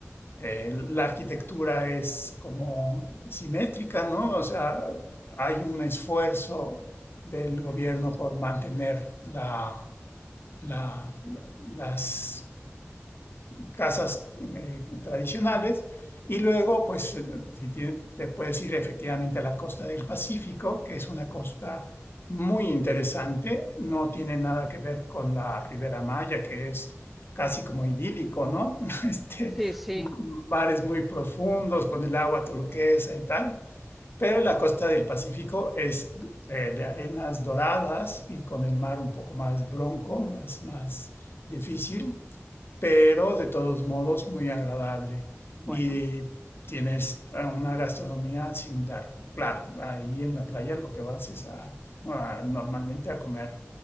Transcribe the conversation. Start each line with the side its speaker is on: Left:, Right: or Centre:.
Left: eh, la arquitectura es como simétrica, ¿no? O sea, hay un esfuerzo del gobierno por mantener la, la- la- las casas eh, tradicionales. Y luego, pues, eh, si te, te, puedes ir efectivamente a la costa del Pacífico, que es una costa muy interesante, no tiene nada que ver con la Ribera Maya, que es casi como idílico, ¿no? <laughs> Este,
Centre: Sí, sí,
Left: bares muy profundos con el agua turquesa y tal, pero la costa del Pacífico es eh, de arenas doradas y con el mar un poco más bronco, más, más difícil pero de todos modos muy agradable.
Centre: bueno,
Left: Y tienes eh, una gastronomía similar. Claro, ahí en la playa lo que vas es a, a- normalmente a comer